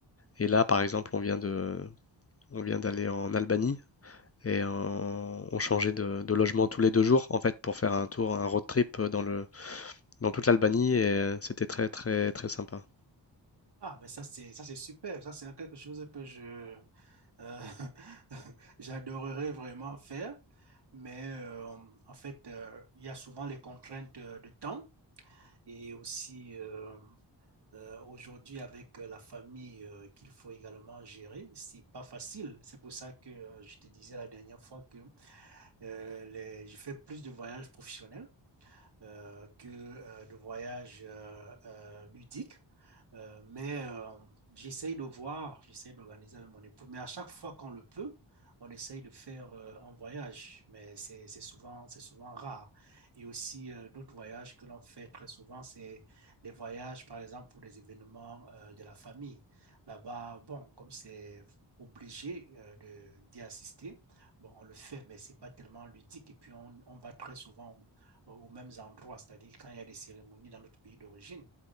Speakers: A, on the left; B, on the right.
A: Et là, par exemple, on vient de, on vient d'aller en Albanie et euh, on changeait de, de logement tous les deux jours, en fait, pour faire un tour, un road trip dans le, dans toute l'Albanie. Et euh, c'était très, très, très sympa.
B: Ah, ben ça, c'est, ça, c'est super. Ça, c'est quelque chose que je, euh, <laughs> j'adorerais vraiment faire. Mais euh, en fait, euh, il y a souvent les contraintes euh, de temps et aussi euh, euh, aujourd'hui avec euh, la famille euh, qu'il faut également gérer. C'est pas facile. C'est pour ça que euh, je te disais la dernière fois que Euh, les, j'ai fait plus de voyages professionnels euh, que euh, de voyages euh, euh, ludiques. Euh, mais euh, j'essaye de voir, j'essaye d'organiser avec mon époux. Mais à chaque fois qu'on le peut, on essaye de faire euh, un voyage, mais c'est c'est souvent, c'est souvent rare. Et aussi, euh, d'autres voyages que l'on fait très souvent, c'est des voyages, par exemple, pour les événements euh, de la famille. Là-bas, bon, comme c'est obligé euh, de, d'y assister, bon, on le fait, mais c'est pas tellement ludique. Et puis, on, on va très souvent aux, aux mêmes endroits, c'est-à-dire quand il y a des cérémonies dans notre pays d'origine.